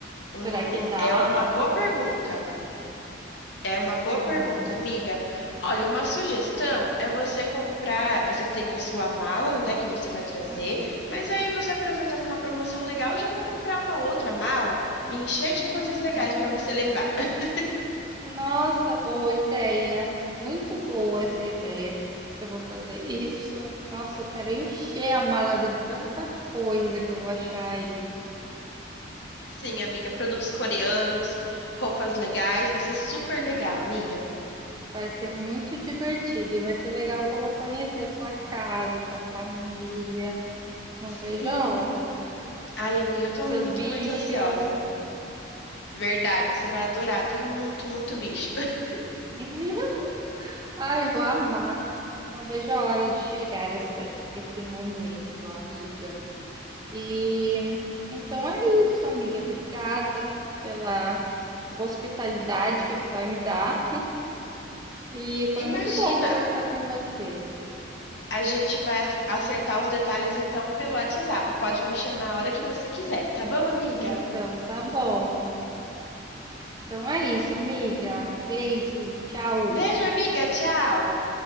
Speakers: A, on the left; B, on the right.
A: Hum,
B: Será que dá?
A: é uma boa pergunta. É uma boa pergunta,
B: Não.
A: amiga. Olha, uma sugestão é você comprar. Você tem a sua mala, né, que você vai trazer,
B: Uhum.
A: mas aí você aproveitava uma promoção legal já para comprar uma outra mala e encher de
B: Uhum.
A: coisas legais para você levar. <laughs>
B: Nossa, boa ideia. Muito boa essa ideia. Eu vou fazer isso. Nossa, eu quero encher a mala de tanta coisa que eu vou achar aí.
A: Sim, amiga, produtos coreanos, roupas legais, vai ser super legal, amiga.
B: Vai ser muito divertido e vai ser legal que eu vou conhecer sua casa, sua família. Não
A: Sim.
B: vejo a hora.
A: Ai, amiga, eu tô
B: Seus
A: muito,
B: bichos.
A: muito ansiosa. Verdade, você vai adorar. Tem muito, muito bicho. <laughs>
B: <laughs> Ai, vou amar. Não vejo a hora de chegar esse, esse momento, amiga. E então é isso, amiga. Obrigada pela hospitalidade que você vai me dar. E foi
A: Imagina,
B: muito bom conversar com você.
A: A gente vai ac- acertar os detalhes então pelo WhatsApp. Pode me chamar a hora que você quiser, tá bom, amiga?
B: Então, tá bom. Então é isso, amiga. Beijo, tchau.
A: Beijo, amiga. Tchau.